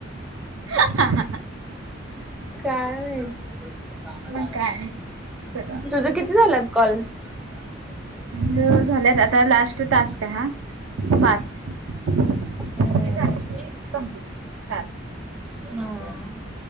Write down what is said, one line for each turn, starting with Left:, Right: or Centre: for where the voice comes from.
Right: ह ह ह.
Centre: काय मा
Right: मग काय सगळं
Centre: तुझं किती झालात कॉल. दिना पक्त
Right: मा झाल्यात आता लास्ट तास का हा. पाच हे
Centre: हम्म
Right: झालं ते कमप्ट तास.
Centre: हम्